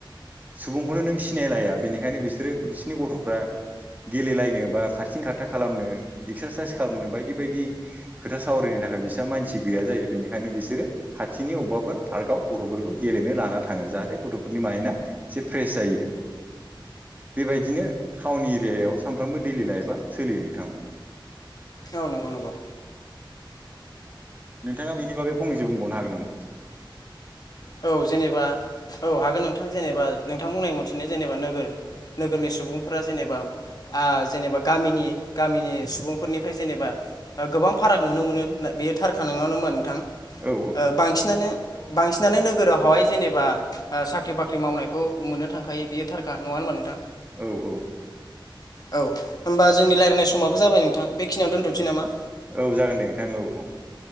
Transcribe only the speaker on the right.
सुबुंखौनो नों सिनायलाया बेनिखायनो बिसोरो बिसोरनि गथ'फ्रा गेलेलायनो बा खारथिं खार था खालामनो एक्सारसाइस खालामनो बायदि बायदि खोथा सावरायनो थाखाय बिसा मानसि गैया जायो बेनिखायनो बिसोरो खाथिनि अबेबाफोर पार्कआव गथ'फोरखौ गेलेनो लाना थाङो जाहाथे गथ'फोरनि मायड आ से फ्रेस जायो। बेबायदिनो टाउन एरियायाव सानफ्रोमबो दैलि लाइफआ सोलियो नोंथां।
नोंथाङा बेनि बागै फंनैसो बुंबावनो हागोन नामा
औ
औ औ
औ जागोन दे नोंथां औ औ